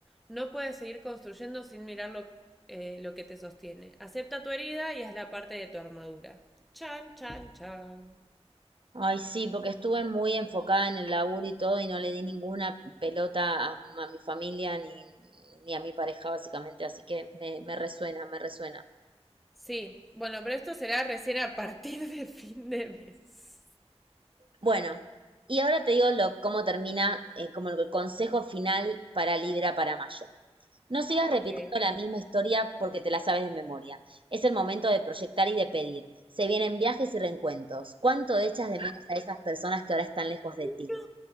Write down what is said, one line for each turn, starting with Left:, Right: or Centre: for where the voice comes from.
Centre: No puedes seguir construyendo sin mirar lo, eh, lo que te sostiene. Acepta tu herida y hazla parte de tu armadura. Chan, chan, chan.
Right: Ay, sí, porque estuve muy enfocada en el laburo y todo y no le di ninguna pelota a, a mi familia ni, ni a mi pareja, básicamente, así que me, me resuena, me resuena.
Centre: Sí, bueno, pero esto será recién a partir de fin de mes.
Right: Bueno, y ahora te digo lo, cómo termina, eh, como el consejo final para Libra para mayo. No sigas
Centre: Ok.
Right: repitiendo la misma historia porque te la sabes de memoria. Es el momento de proyectar y de pedir. Se vienen viajes y reencuentros. ¿Cuánto echas de menos a esas personas que ahora están lejos de
Centre: No,
Right: ti?